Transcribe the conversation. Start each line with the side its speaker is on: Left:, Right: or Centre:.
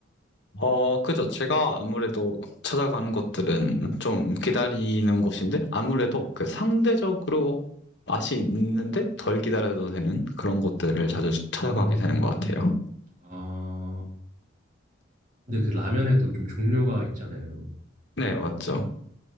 Left: 어, 그죠. 제가 아무래도 찾아가는 것들은 좀 기다리는 곳인데, 아무래도 그 상대적으로 맛이 있는데 덜 기다려도 되는 그런 곳들을 자주 찾아가게
Right: 음,
Left: 되는 것 같아요.
Right: 아, 근데 그 라면에도 좀 종류가 있잖아요.
Left: 네, 맞죠.